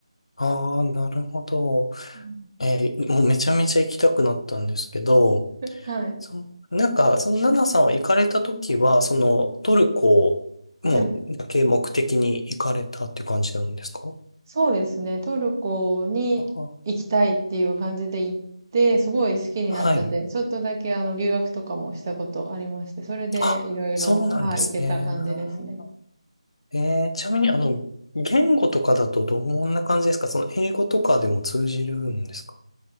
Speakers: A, on the left; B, on the right.
A: ああ、なるほど。
B: うん
A: ええ、もうめちゃめちゃ行きたくなったんですけど、
B: はい。
A: そ、なんか、そのナナさんは行かれた時は、そのトルコもうだけ目的に行かれたっていう感じなんですか
B: はい。そうですね。トルコに行きたいっていう感じで行って、
A: ああ
B: すごい好きになっちゃって、
A: はい。
B: ちょっとだけあの留学とかもしたことありまして、それでいろいろ、
A: あ、そうなんですね。
B: はい、行けた感じですね。
A: なるほどええ、ちなみに、あの、言語とかだとどんな感じですかその英語とかでも通じるんですか